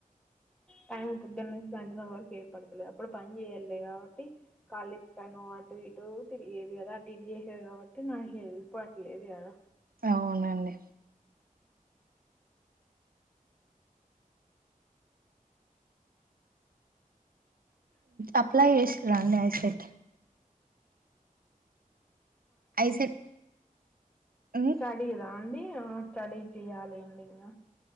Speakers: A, in the centre; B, on the right.
A: టైం పొద్దున్నుంచి సాయంత్రం వరకు ఏపడుతులేదు అప్పుడు పని చేయలే కాబట్టి కాలి పెనో ఇటు ఏటో తిరిగేది కదా అటు ఇటు చేసేది కాబట్టి నా హెల్ప్ ఆటలేదు గదా
B: అవునండి అప్లై చేసిర్రా అండి ఐసెట్ ఐసెట్ ఉమ్,
A: స్టడీదా అండి స్టడీ చెయ్యాలి అండి ఇంకా